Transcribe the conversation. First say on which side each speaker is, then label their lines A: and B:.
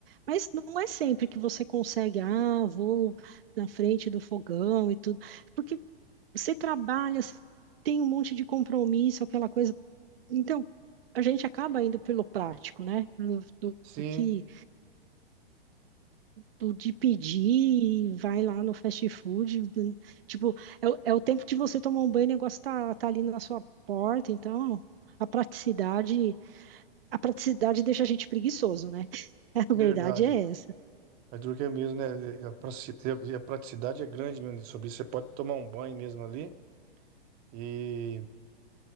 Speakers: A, on the right; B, on the right.
A: Mas não é sempre que você consegue, ah, vou na frente do fogão e tudo. Porque você trabalha, você tem um monte de compromisso, aquela coisa. Então, a gente acaba indo pelo prático, né? Do, do-
B: Sim,
A: do que do de pedir, e vai lá no fast food, do- tipo, é, o é o tempo de você tomar um banho, o negócio tá, tá ali na sua porta, então a praticidade, a praticidade deixa a gente preguiçoso, né? <laughs>
B: verdade.
A: A verdade é essa.
B: Mas duro que é mesmo, né? E a pratici- e a- praticidade é grande mesmo sobre isso. Você pode tomar um banho mesmo ali. E